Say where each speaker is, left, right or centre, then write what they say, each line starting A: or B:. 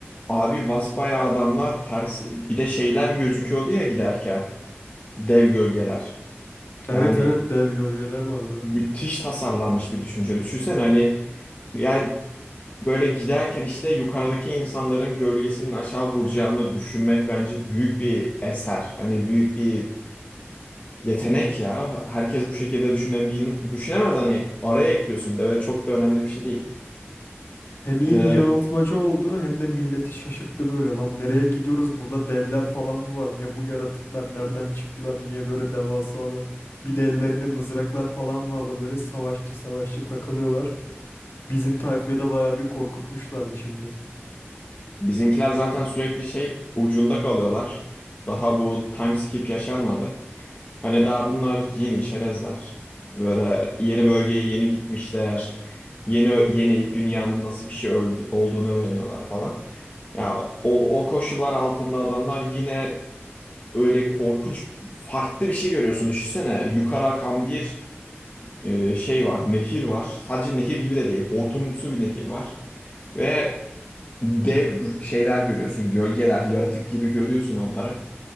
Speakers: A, on the left; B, on the left.
A: abi basbayağı adamlar ters bir de şeyler gözüküyordu ya giderken dev gölgeler.
B: Evet
A: Yani
B: evet dev gölgeler vardı.
A: müthiş tasarlanmış bir düşünce. Düşünsene hani yani böyle giderken işte yukarıdaki insanların gölgesinin aşağı vuracağını düşünmek bence büyük bir eser. Hani büyük bir yetenek ya. Herkes bu şekilde düşünebil düşünemez hani araya ekliyorsun bir de öyle çok da önemli bir şey değil.
B: Hem iyi
A: Hele
B: bir yanıltmacı oldu hem de milleti şaşırttı böyle lan nereye gidiyoruz burada devler falan mı var ne bu yaratıklar nereden çıktılar niye böyle devasalar bir de ellerinde mızraklar falan vardı böyle savaşçı savaşçı takılıyorlar bizim tayfayı da bayağı bir korkutmuşlardı şimdi.
A: bizimkiler zaten sürekli şey ucunda kalıyorlar. Daha bu time skip yaşanmadı. Hani daha bunlar yeni çerezler. Böyle yeni bölgeye yeni gitmişler. Yeni yeni dünyanın nasıl bir şey öl- olduğunu öğreniyorlar falan. Ya o, o koşullar altında adamlar yine öyle korkunç farklı bir şey görüyorsun. Düşünsene yukarı akan bir e, şey var, nehir var. Sadece nehir gibi de değil, hortumumsu bir nehir var. Ve dev şeyler görüyorsun. Gölgeler, yaratık gibi görüyorsun onları.